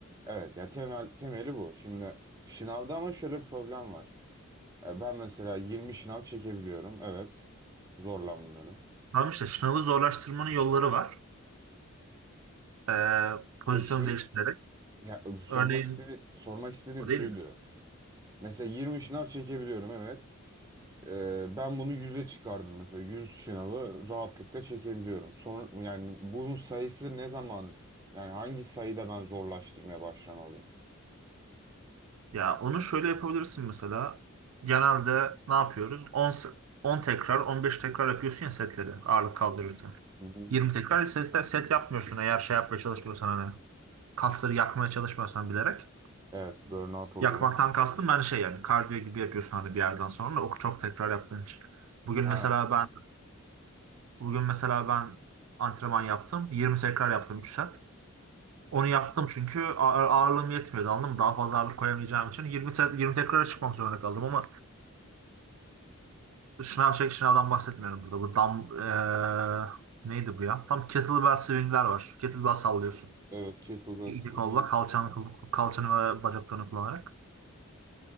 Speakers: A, on the right; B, on the right.
A: Evet ya temel temeli bu. Şimdi şınavda ama şöyle bir problem var. E, Ben mesela 20 şınav çekebiliyorum. Evet. Zorlanmıyorum.
B: Tamam işte şınavı zorlaştırmanın yolları var. Ee, pozisyon
A: E şey
B: değiştirerek.
A: ya sormak
B: Örneğin
A: istediğim sormak istediğim
B: o değil
A: şuydu.
B: mi?
A: Mesela 20 şınav çekebiliyorum evet. E, ben bunu 100'e çıkardım mesela. yüz şınavı rahatlıkla çekebiliyorum. Son yani bunun sayısı ne zaman yani hangi sayıda ben zorlaştırmaya başlamalıyım?
B: Ya onu şöyle yapabilirsin mesela. Genelde ne yapıyoruz? 10, s- 10 tekrar, 15 tekrar yapıyorsun ya setleri ağırlık kaldırırken.
A: Hı hı.
B: 20 tekrar set, set yapmıyorsun eğer şey yapmaya çalışmıyorsan hani. Kasları yakmaya çalışmıyorsan bilerek.
A: Evet, burnout oluyor.
B: Yakmaktan kastım ben şey yani kardiyo gibi yapıyorsun hani bir yerden sonra o çok tekrar yaptığın için. Bugün
A: Ha.
B: mesela ben bugün mesela ben antrenman yaptım. 20 tekrar yaptım 3 set. Onu yaptım çünkü ağır- ağırlığım yetmiyordu anladın mı? Daha fazla ağırlık koyamayacağım için 20, set- 20 tekrara çıkmak zorunda kaldım ama Şınav çek şınavdan bahsetmiyorum burada. Bu dam eee, neydi bu ya? Tam kettlebell swingler var. Kettlebell sallıyorsun.
A: Ket- evet, kettlebell
B: İki
A: swing.
B: kolla
A: evet.
B: kalçanı, kalçanı ve bacaklarını kullanarak.